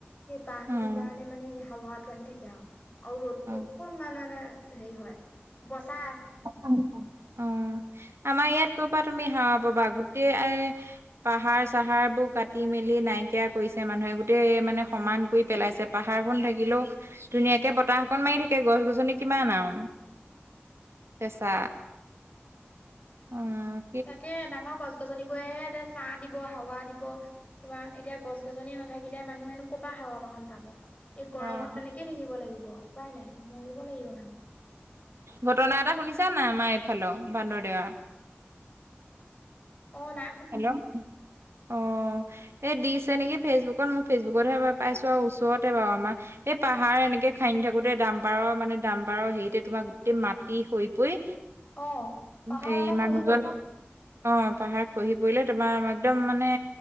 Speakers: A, on the left; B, on the right.
A: সেই বাঁহ
B: অ
A: খিনিৰ কাৰণে মানে হাৱাটো আহি থাকে আৰু আৰু ৰ'দটো
B: অ
A: অকনমান মানে হেৰি হয় বচা
B: অ', আমাৰ ইয়াত কৰ পৰা তুমি হাৱা পাবা গোটেই আয়ে পাহাৰ চাহাৰ বোৰ কাটি মেলি নাইকিয়া কৰিছে মানুহে গোটেই মানে সমান কৰি পেলাইছে পাহাৰ খন থাকিলেও ধুনীয়াকে বতাহকন মাৰি থাকে গছ গছনি কিমান আৰু।
A: <inaudible>
B: চেচা উম,
A: তাকে ডাঙৰ গছ গছনিবোৰেহে এতিয়া ছাহ দিব হাৱা দিব। তোমাৰ এতিয়া গছ গছনি নাথাকিলে মানুহেনো কপা হাৱা বাহন পাব? এই গৰমত
B: অ'
A: তেনেকেই থাকিব লাগিব উপায় নাই মৰিব লাগিব মানুহ।
B: ঘটনা এটা শুনিছা নাই আমাৰ এইফালৰ বান্দৰদেৱা
A: অ', না
B: হেল্ল' অ', এ দিছে নেকি ফেচবুকত মোক ফেচবুকতহে পাইছো আৰু ওচৰতে বাৰু আমাৰ সেই পাহাৰ এনেকে খান্দি থাকোতে দামপাৰৰ মানে দামপাৰৰ হেৰিতে তোমাৰ গোটেই মাটি হৰি পৰি
A: অ পাহাৰ
B: সেই
A: মানে
B: মানুহজন
A: খহি পৰিলে
B: অ', পাহাৰ খহি পৰিলে তোমাৰ একদম মানে